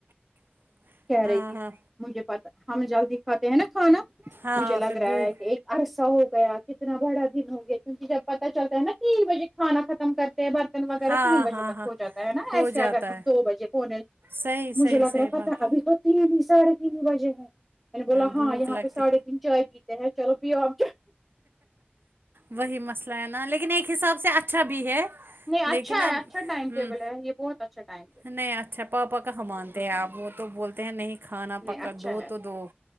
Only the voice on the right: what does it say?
<inaudible>
ہاں
ہاں
پھر
بھوک
ہاں
ہاں
ہاں
ہو
جاتا
ہے
صحیح صحیح
صحیح
بات
بھوک
لگتی
وہی مسئلہ ہے نا لیکن ایک حساب سے اچھا بھی ہے
لیکن اب
ہ
نہیں اچھا پاپا کا حمان
تے
آپ وہ تو بولتے ہیں نہیں کھانا
پکا
دو
تو دو